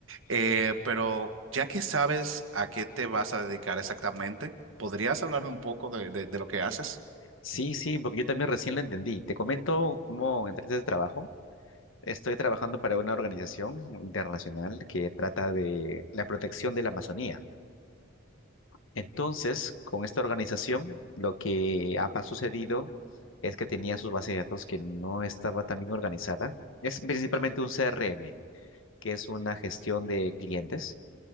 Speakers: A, on the right; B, on the left.
A: Eh, pero ya que sabes a qué te vas a dedicar exactamente, ¿podrías hablarme un poco de, de de lo que haces?
B: Sí, sí, porque yo también recién lo entendí. Te comento cómo entré a este trabajo. Estoy trabajando para una organización internacional que trata de la protección de la Amazonía. Entonces, con esta organización, lo que ha pa- sucedido es que tenía sus bases de datos que no estaba tan bien organizada. Es principalmente un CRM, que es una gestión de clientes.